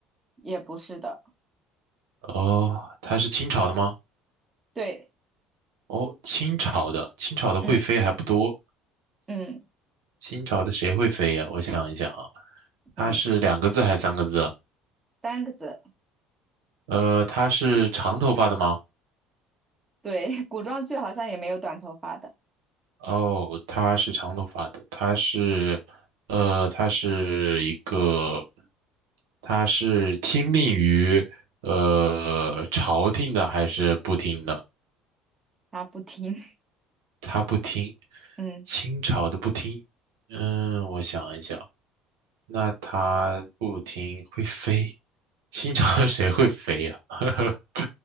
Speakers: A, on the right (about 25°); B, on the right (about 85°).
A: 也不是的，
B: 哦，他是清朝的吗？
A: 对，
B: 哦，清朝的，清朝的会飞还不多。
A: 嗯嗯
B: 清朝的谁会飞呀？我想一想啊，
A: 嗯，
B: 他是两个字还是三个字啊？
A: 三个字，
B: 呃，他是长头发的吗？
A: 对，<laughs> 古装剧好像也没有短头发的，
B: 哦，他是长头发的，他是，呃，他是一个，他是听命于，呃，朝廷的还是不听的？
A: 他不听，
B: 他不听，
A: <laughs> 嗯，
B: 清朝的不听。嗯，我想一想，那他不听会飞，清朝 <laughs> 谁会飞呀、<laughs>